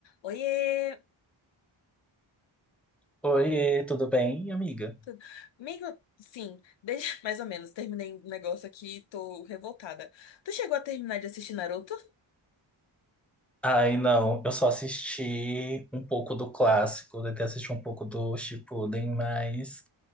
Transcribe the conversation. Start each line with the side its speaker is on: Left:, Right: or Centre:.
Left: Oiê!
Centre: Oi, tudo bem, amiga?
Left: Tudo- Amigo, sim, desde <laughs> mais ou menos, terminei um negócio aqui e tô revoltada. Tu chegou a terminar de assistir Naruto?
Centre: Ai, não, eu só assisti um pouco do clássico, até assisti um pouco do Shippuden, mas